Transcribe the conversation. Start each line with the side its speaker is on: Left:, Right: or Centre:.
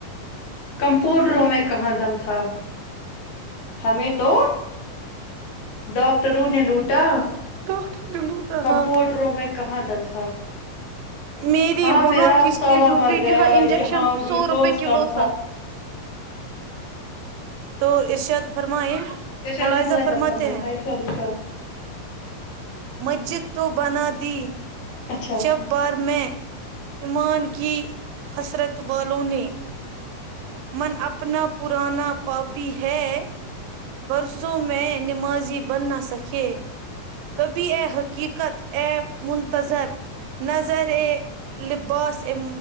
Left: کمپاڈروں میں کہاں دم تھا ہمیں تو ڈاکاکٹروں نے لوٹا کتا
Right: ڈاکٹر نے لوٹا
Left: کمپوٹروں
Right: ہاں
Left: میں کہاں دم تھا
Right: میری وہاں
Left: میرا
Right: کشتی
Left: سالہ
Right: ڈوبی
Left: مر گیا
Right: جہاں انجیکشن
Left: جہاں گلوکوز
Right: سو روپے کلو
Left: کم
Right: تھا تو ارشاد فرمائ
Left: ارشاد
Right: ملازہ
Left: نے ملاحظہ
Right: فرماتے
Left: فرمایا
Right: ہیں
Left: ہاں ارشاد ارشاد
Right: مسجد تو بنا د ت
Left: اچھا
Right: شب بار میں ایمان کی حسرت والوں نے من اپنا پرانا پپی ہے برسوں میں نمازی بننا سکے کبھی ا حقیقت ا منتظر نظر ا لباس ا